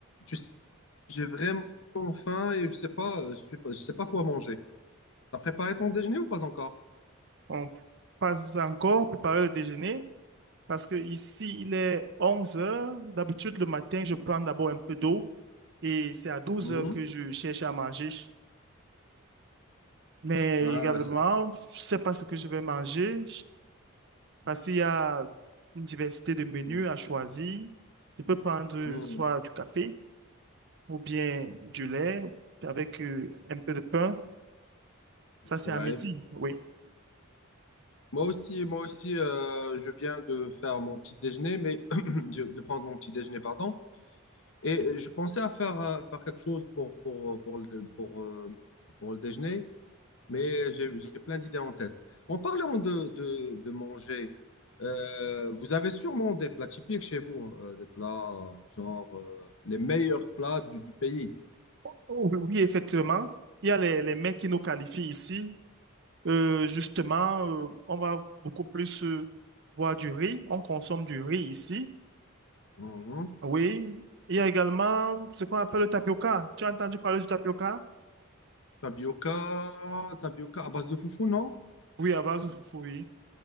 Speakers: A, on the left; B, on the right.
A: Tu sais, j'ai vraiment faim et je sais pas, euh, je sais pas, je sais pas quoi manger. T'as préparé ton déjeuner ou pas encore?
B: On passe encore préparer le déjeuner parce que ici, il est 11 heures. D'habitude, le matin, je prends d'abord un peu d'eau et c'est à douze
A: Hmm
B: heures que je cherche à manger. Mais
A: Ah,
B: également,
A: c'est...
B: je sais pas ce que je vais manger parce qu'il y a une diversité de menus
A: hmm,
B: à choisir. Je peux prendre
A: hmm,
B: soit
A: hmm.
B: du café ou bien du lait avec euh, un peu de pain. Ça, c'est
A: Ouais.
B: à midi, oui.
A: Moi aussi, moi aussi, euh, je viens de faire mon petit déjeuner, mais <clears throat> de de prendre mon petit déjeuner, pardon. Et euh, je pensais à faire, euh, faire quelque chose pour, pour, pour, le, pour, euh, pour le déjeuner, mais j'ai j'ai plein d'idées en tête. En parlant de, de, de manger, euh, vous avez sûrement des plats typiques chez vous, hein, euh, des plats euh, genre euh, les meilleurs plats du, du pays.
B: Oh, Oui, oui, effectivement. Il y a les, les mets qui nous qualifient ici. Euh, justement, euh, on va beaucoup plus euh, boire du riz. On consomme du riz ici.
A: Mhm.
B: Oui. Il y a également ce qu'on appelle le tapioca. Tu as entendu parler du tapioca?
A: Tapioca, tapioca à base de foufou, non?
B: Oui, à base de foufou, oui.